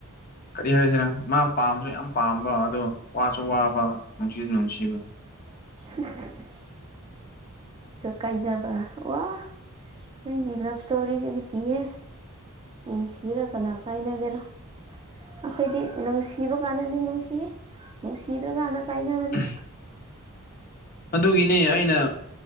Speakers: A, on the left; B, on the right.
A: ꯀꯔꯤ ꯍꯥꯏꯁꯤꯔ ꯃꯥ ꯄꯥꯝꯕꯁꯨ ꯌꯥꯝ ꯄꯥꯝꯕ ꯑꯗꯣ ꯋꯥꯁꯨ ꯋꯥꯕ ꯅꯨꯡꯁꯤꯁꯨ ꯅꯨꯡꯁꯤꯕ
B: <inaudible> ꯀꯥꯏꯅꯕ ꯋꯥ ꯅꯪꯒꯤ ꯂꯚ ꯁꯇꯣꯔꯤ ꯁꯤꯗꯤ ꯀꯤꯌꯦ ꯎ ꯁꯤꯔ ꯀꯅꯥ ꯀꯥꯏꯅꯒꯦꯔꯣ ꯑꯩꯈꯣꯏꯗꯤ ꯅꯨꯡꯁꯤꯕ ꯀꯥꯟꯅꯗꯤ ꯅꯨꯡꯁꯤꯌꯦ ꯅꯨꯡꯁꯤꯗ꯭ꯔꯀꯥꯟꯅ ꯀꯥꯏꯅꯕꯅꯤ
A: <inaudible> ꯑꯗꯨꯒꯤꯅꯤ ꯑꯩꯅ